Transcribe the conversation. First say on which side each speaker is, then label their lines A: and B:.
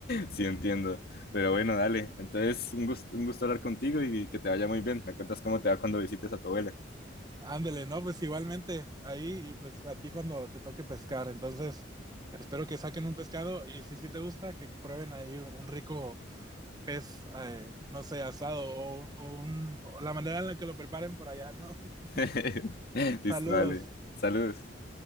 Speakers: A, on the left; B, on the right.
A: Sí, entiendo. Pero bueno, dale. Entonces, un gusto, un gusto hablar contigo y que te vaya muy bien. Me cuentas cómo te va cuando visites a tu abuela.
B: <laughs> Ándele, ¿no? Pues igualmente ahí y pues a ti cuando te toque pescar, entonces... Espero que saquen un pescado y si sí te gusta, que prueben ahí un rico pez, eh, no sé, asado o, o, un, o la manera en la que lo preparen por allá, ¿no? <laughs>
A: <laughs>
B: Saludos.
A: Listo, dale. Saludos.